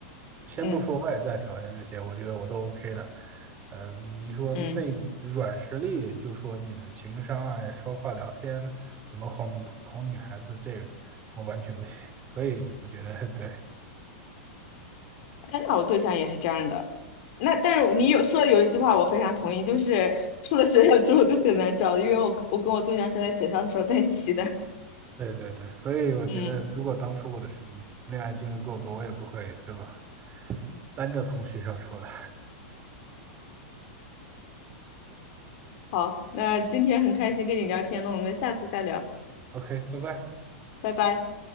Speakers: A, on the right; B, on the left.
A: 先不说外在条件这些，
B: 嗯
A: 我觉得我都 OK 的。呃，你说内软实力，
B: 嗯，
A: 就说你的情商啊，说话聊天，怎么哄哄女孩子，这我完全不行。所以我觉得，对
B: 哎，那我对象也是这样的，那但是你有说的有一句话我非常同意，就是出了学校之后就很难找的因为我我跟我对象是在学校的时候在一起的，
A: 对对对，所以我觉得，
B: <laughs> 嗯，
A: 如果当初我的是恋爱经历够多，我也不会，对吧？单着从学校出来。
B: 好，那今天很开心跟你聊天了，我们下次再聊，
A: OK，拜拜。
B: 拜拜。